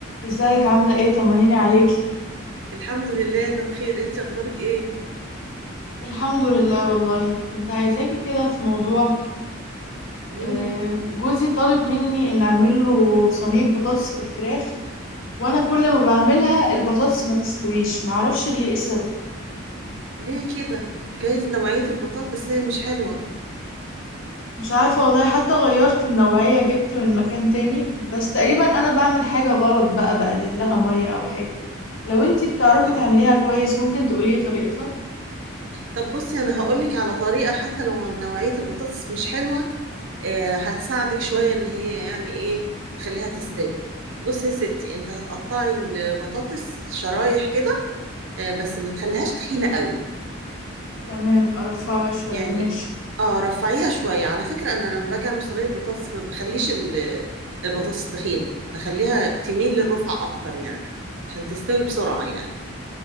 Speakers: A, on the left; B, on the right.
A: ازيك عاملة ايه طمنيني عليكي
B: الحمد لله انا بخير انت اخبارك ايه
A: الحمد لله والله كنت عايزاكي كده في موضوع
B: امم
A: آه، جوزي طالب مني ان اعمل له صينية بطاطس بالفراخ وانا كل ما بعملها البطاطس ما بتستويش معرفش ليه ايه السبب
B: ليه كده جايز نوعية البطاطس هي مش حلوة
A: مش عارفة والله حتى غيرت النوعية جبت من مكان تاني بس تقريبا انا بعمل حاجة غلط بقى بقلل لها مية او حاجة لو انتي بتعرفي
B: اه
A: تعمليها كويس ممكن تقولي طريقتها
B: طب بصي انا هقولك على طريقة حتى لو نوعية البطاطس مش حلوة آه هتساعدك شوية ان هي يعني ايه تخليها تستوي بصي يا ستي انت هتقطعي البطاطس شرايح كده آه بس ما تخليهاش تخينة قوي
A: تمام ارفعها شوية
B: يعني
A: ماشي
B: اه رفعيها شوية على فكرة أنا لما باجي أعمل صينية بطاطس ما بخليش ال- البطاطس تخينة بخليها تميل للرفع أكتر يعني عشان تستوي بسرعة يعني